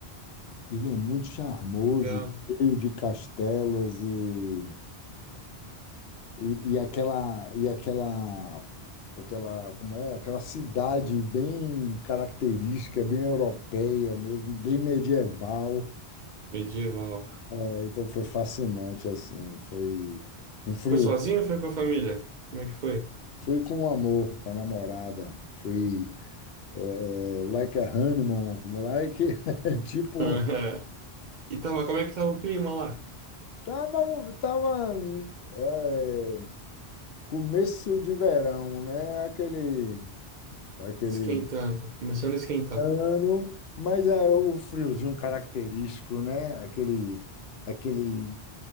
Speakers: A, on the left; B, on the right.
A: ele é muito charmoso,
B: Legal.
A: cheio de castelos e, e, e aquela, e aquela aquela, como é, aquela cidade bem característica, bem europeia mesmo, bem medieval.
B: Medieval.
A: É, então foi fascinante assim, foi um frio.
B: Foi sozinho ou foi com a família? Como é que foi?
A: Fui com amor, com a namorada. Fui é, é, like a honeymoon, like <laughs> tipo
B: <laughs> Aham. E tava, como é que tava o clima lá?
A: tava tava é, começo de verão, né? Aquele aquele
B: Esquentando. Começando a esquentar.
A: ano, mas é o friozinho característico, né? Aquele, aquele,